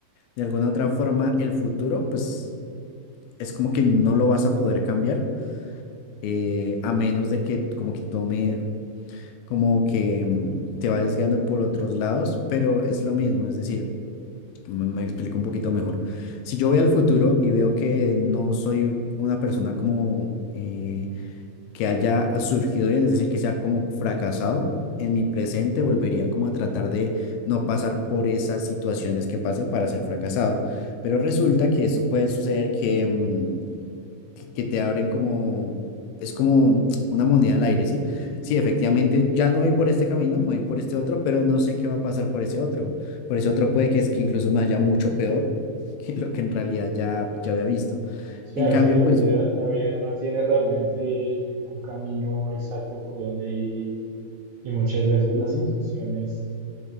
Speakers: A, on the left; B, on the right.
A: de alguna otra forma el futuro, pues es como que no lo vas a poder cambiar, eh, a menos de que como que tome, como que mm, te vayas guiando por otros lados, pero es lo mismo, es decir, me, me explico un poquito mejor. Si yo voy al futuro y veo que no soy una persona como eh, que haya surgido bien, es decir, que sea como fracasado. En mi presente volvería como a tratar de no pasar por esas situaciones que pase para ser fracasado. Pero resulta que eso puede suceder que, mm, que, que te abren como, es como una moneda al aire, ¿sí? Sí, efectivamente, ya no voy por este camino, me voy por este otro, pero no sé qué va a pasar por ese otro. Por ese otro puede que, es, que incluso me haya mucho peor <laughs> que lo que en realidad ya, ya había visto.
B: Sí,
A: En
B: a veces
A: cambio,
B: la
A: pues...
B: vida, la vida no tiene realmente un camino exacto por donde ir y, y muchas veces
A: ujú.
B: las situaciones